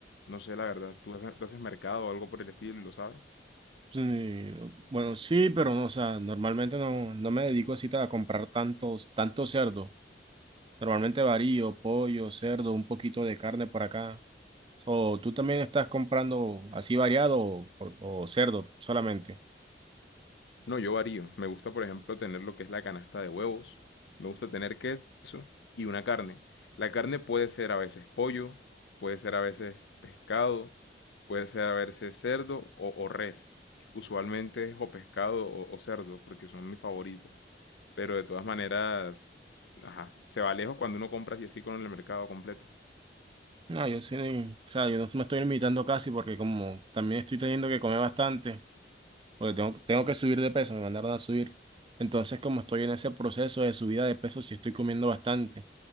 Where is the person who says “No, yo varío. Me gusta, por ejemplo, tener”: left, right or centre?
Left